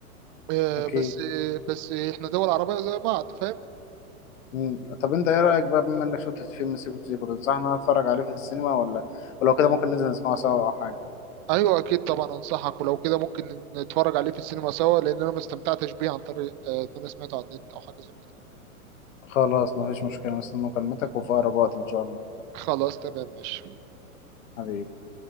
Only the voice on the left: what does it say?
أكيد
مم. طب أنت إيه رأيك بقى بما إنك شفت فيلم سيكو سيكو تنصحنا أتفرج عليه في السينما ولا ولو كده ممكن ننزل نسمعه سوا أو حاجة
خلاص مفيش مشكلة مستني مكالمتك وفي أقرب وقت إن شاء الله
حبيبي